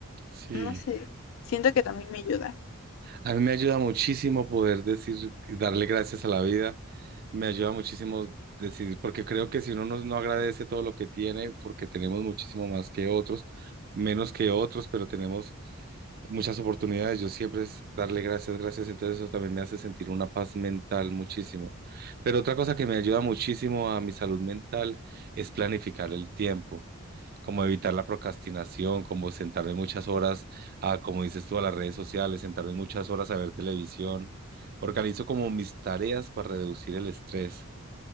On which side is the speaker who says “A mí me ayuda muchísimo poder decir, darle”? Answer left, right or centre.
Right